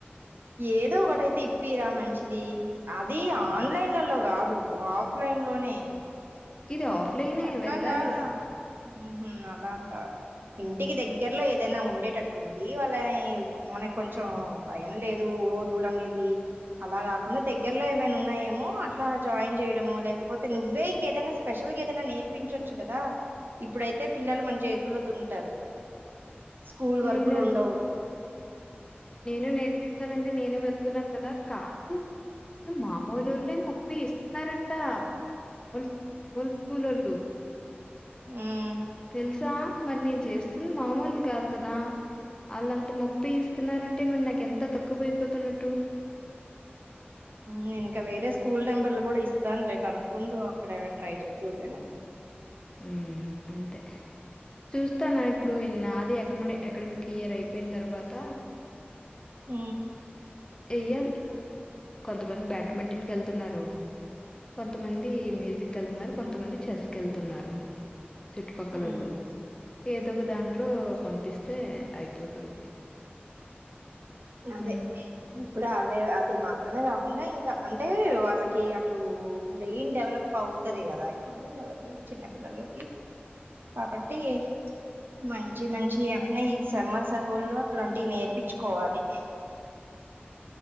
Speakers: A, on the right; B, on the left.
A: ఏదో ఒకటైతే ఇప్పిరా మంచిది అది ఆన్లైల్లలో కాదు ఆఫ్ ఆఫ్లైన్ లోనే
B: ఇది
A: హిం
B: ఆఫ్లైనే
A: చక్కాగా
B: వెళ్ళాలి
A: ఉహు అలా అంటావ ఇంటికి దగ్గరలో ఏదైనా ఉండేటట్టు ఉండి వాళ్ళని మనక్ కొంచెం భయం లేదు ఓ దూరంగేలి అలా కాకుండా దగ్గరలో ఏమైనా ఉన్నాయేమో అట్లా జాయిన్ చేయడమో లేకపోతే నువ్వే ఇంకేదనా పేషల్ గా ఏదనా నేర్పించొచ్చు కదా ఇప్పుడైతే పిల్లలు మన చేతుల్లో దురుంటారు స్కూల్ వర్కులు
B: నేను
A: ఉండవు
B: నేను నేర్పించాలంటే నేను వెళ్తున్నాను కదా కానీ కాదు మాములొల్లే ముప్పే ఇస్తున్నారంట మామూలు మామూలు స్కూల్ లోలు
A: మ్మ్
B: తెలుసా మరి నేను చేస్తుంది మామూలు కాదు కదా ఆళ్ళంత మొప్పి ఇస్తున్నారంటే మరి నాకు ఎంత తక్కువయిపోతున్నట్టు
A: నేను ఇంకా వేరే స్కూల్ నెంబర్లు కూడా ఇస్తాను లే కనుకుందువు అక్కడ ఏమైనా ట్రై చేద్దదువు కానీ
B: మ్ అంతే చూస్తాను ఇప్పుడు ఈ నాది ఎక్మైడ్ అకాడమిక్ ఇయర్ అయిపోయిన తర్వాత
A: మ్
B: ఎయ్యాలి కొంతమంది బ్యాట్మెంటింగ్ కి వెళ్తున్నారు కొంతమంది మ్యూజిక్ కు వెళ్తున్నారు కొంతమంది చెస్కి వెళ్ తున్నారు చుట్టుపక్కలోళ్ళు
A: హ్మ్
B: తకు దాంట్లో పంపిస్తే అయిపోతది
A: అదే
B: హ్మ్
A: ఇప్పుడు అవే అది మాత్ మాత్రమే కాకుండా ఇంకా అంటే వాళ్ళకి అటు బ్రెయిన్ డెవలప్ అవుతుది కదా ఇప్పుడు వాళ్ళకి చిన్నపిల్లలొకి కాబట్టి ఏయి మంచి మంచి ఏమైనా ఈ సెమ్మర్ సెలవుల్లో అట్లాంటివి నేర్పించుకోవాలి